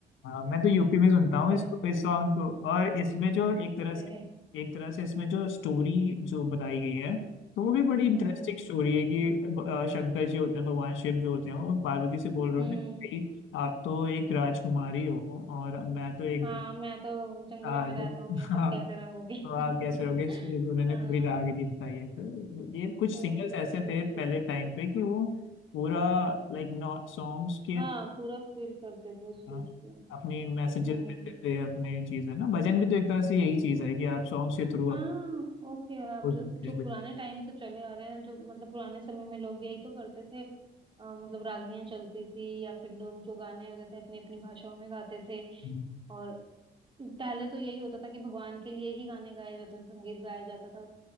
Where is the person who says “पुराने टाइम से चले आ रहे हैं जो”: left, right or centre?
Right